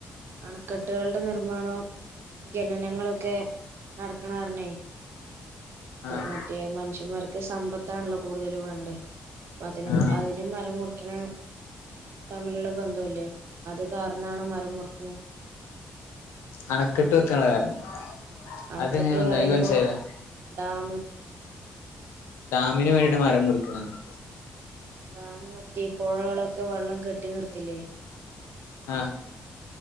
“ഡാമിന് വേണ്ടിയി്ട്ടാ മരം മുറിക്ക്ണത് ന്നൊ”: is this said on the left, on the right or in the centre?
Left